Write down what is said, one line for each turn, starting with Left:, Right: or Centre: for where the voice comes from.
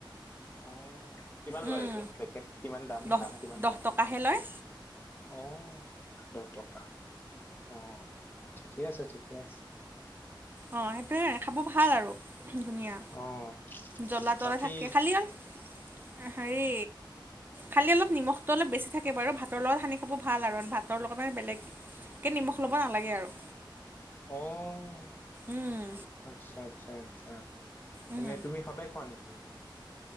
Left: অ', কিমান লয়
Right: উম
Left: এটো পেকট কিমান দাম-দাম
Right: দহ
Left: কিমান
Right: দহ
Left: তাৰ?
Right: টকাহে লয়
Left: অ', দহ টকা। অ', ঠিকে আছে-ঠিকে আছে।
Right: অ', সেইটোৱে খাব ভাল আৰু, ধুনীয়া।
Left: অ'।
Right: জ্বলা তলা
Left: বাকী
Right: থাকে, খালি অলপ হেৰি খালি অলপ নিমখটো অলপ বেছি থাকে বাৰু ভাতৰ লগত সানি খাব ভাল আৰু ভাতৰ লগত মানে বেলেগ বেলেগকে নিমখ ল'ব নালাগে আৰু।
Left: অ',
Right: উম
Left: আচ্ছা-আচ্ছা-আচ্ছা।
Right: উম
Left: এনে তুমি সদায় খোৱা নেকি সেইটো?